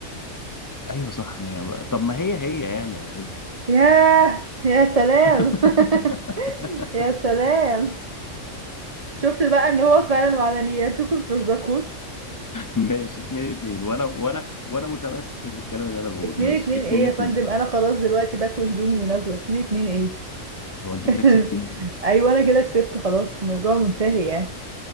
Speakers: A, on the left; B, on the right.
A: ايوه صح ما هي بقى. طب ما هي هي يعني يعني
B: ياه يا سلام
A: <laughs>
B: <laughs> يا سلام شفت بقى إن هو فعلا وعلى نياتكم ترزقون
A: ماشي اتنين اتنين وانا وانا وانا متمسك بالكلام اللي انا بقوله
B: اتنين
A: ماشي
B: اتنين
A: اتنين
B: إيه يا فندم
A: اتنين
B: أنا خلاص دلوقتي بكوي هدومي ونازلة اتنين اتنين إيه
A: هو انت كده
B: <laughs>
A: كسبتي
B: أيوة أنا كده كسبت خلاص الموضوع منتهي يعني